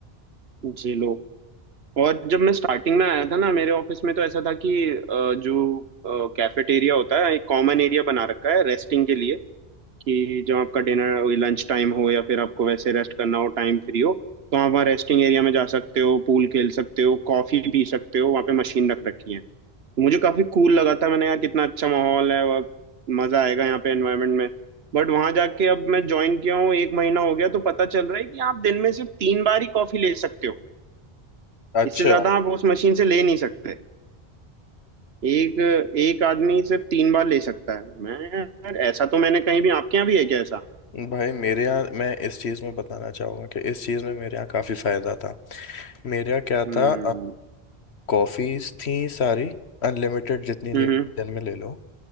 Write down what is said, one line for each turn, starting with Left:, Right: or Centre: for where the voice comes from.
Right: जी लो और जब मैं स्टार्टिंग में आया था ना मेरे ऑफिस में तो ऐसा था कि अ, जो कैफेटेरिया होता है एक कॉमन एरिया बना रखा है रेस्टिंग के लिए कि जब आपका डिनर लंच टाइम हो या फिर आपको वैसे रेस्ट करना हो टाइम फ्री हो तो आप वहाँ रेस्टिंग एरिया में जा सकते हो पूल खेल सकते हो कॉफी पी सकते हो वहाँ पे मशीन रख रखी है तो मुझे काफी कूल लगा था मैंने यार कितना अच्छा माहौल है और मजा आएगा यहाँ पे एनवायरनमेंट में बट वहां जाके अब मैं ज्वाइन किया हूँ एक महीना हो गया तो पता चल रहा है कि आप दिन में सिर्फ तीन बार ही कॉफी ले सकते हो
Left: अच्छा
Right: इससे ज्यादा आप उस मशीन से ले नहीं सकते एक एक आदमी सिर्फ तीन बार ले सकता है मैं यार ऐसा तो मैंने कहीं भी आपके यहाँ भी है क्या ऐसा
Left: भाई मेरे यहाँ मैं इस चीज़ में बताना चाहूँगा कि इस चीज़ में मेरे यहाँ काफ़ी फ़ायदा था मेरे यहाँ क्या
Right: हम्म
Left: था कॉफ़ीज़ थी सारी अनलिमिटेड जितनी ले
Right: हम्म
Left: दिन
Right: हम्म,
Left: में ले लो